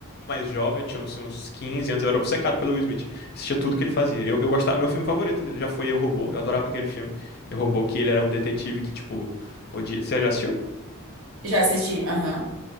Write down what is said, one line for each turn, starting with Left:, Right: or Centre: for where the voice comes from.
Left: mais jovem, eu tinha assim, uns 15 anos, eu era obcecado pelo Will Smith. Assistia tudo que ele fazia. Eu, eu gostava, meu filme favorito né, já foi Eu, Robô. Eu adorava aquele filme. Eu, Robô, que ele era um detetive que, tipo, odia. Você já assistiu?
Right: Já assisti? Aham.